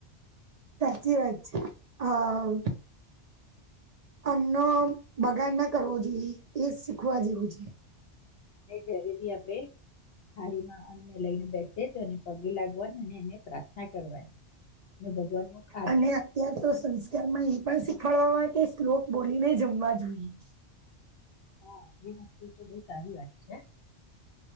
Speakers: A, on the right (about 65°); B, on the left (about 65°).
A: કે વાત છે હા અન્નો બગાડ ના કરવો જોઈએ એ શીખવા જેવું છે
B: અને ઘરે બી આપડે થારીમાં અન્નને લઈને બેસે તેને પગે લાગવાની અને એને પ્રાર્થના કરવાની હે ભગવાન નું ખા
A: અને અત્ય્યારે તો સંસ્કારમાં એ પણ શીખડવામાં કે શ્લોક બોલીને જમવા જોઈએ.
B: હા એ વસ્તુ તો બહુ સારી વાત છે.